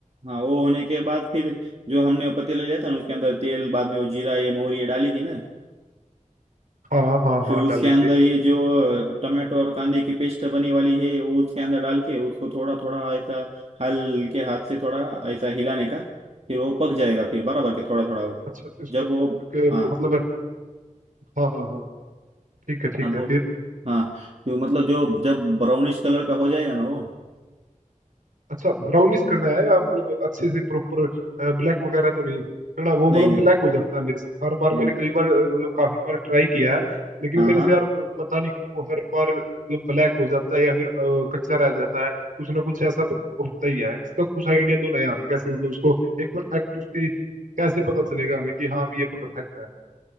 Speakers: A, on the right (about 50°); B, on the right (about 75°).
A: हाँ वो होने के बाद फिर जो हमने पतीला लिया था ना उसके अंदर तेल बाद में वो जीरा ये मोहरी ये डाली थी ना
B: हाँ हाँ
A: फिर
B: हाँ
A: उसके
B: डाले
A: अंदर
B: थे
A: ये जो टमाटो और कांदे की पेस्ट बनी वाली है वो उसके अंदर डाल के उसको थोड़ा थोड़ा ऐसा हल्के हाथ से थोड़ा ऐसा हिलाने का फिर वो पक जाएगा फिर बराबर के थोड़ा थोड़ा वो
B: अच्छा तो इसको
A: जब वो
B: इसको
A: हाँ
B: मतलब हाँ हाँ हाँ ठीक है ठीक
A: अब
B: है
A: वो
B: फिर
A: हाँ तो मतलब जो जब ब्राउनिश कलर का हो जाएगा ना वो
B: अच्छा ब्राउनिश करना है या मतलब अच्छे से प्रॉपर ब्लैक वगैरह तो नहीं करना वो
A: नहीं
B: मतलब
A: नहीं
B: ब्लैक हो जाता है मेरे से हर बार
A: नहीं
B: मैंने
A: नहीं
B: कई बार अ, मतलब काफी बार ट्राई किया है लेकिन
A: हाँ
B: मेरे
A: हाँ
B: से यार प- पता नहीं क्यों वो हर बार मतलब ब्लैक हो जाता है या फिर अ, कच्चा रह जाता है कुछ ना कुछ ऐसा ब- होता ही है इसका कुछ आइडिया दो ना यार कैसे मतलब उसको एक परफेक्ट उसकी कैसे पता चलेगा हमें कि हाँ अभी ये परफेक्ट है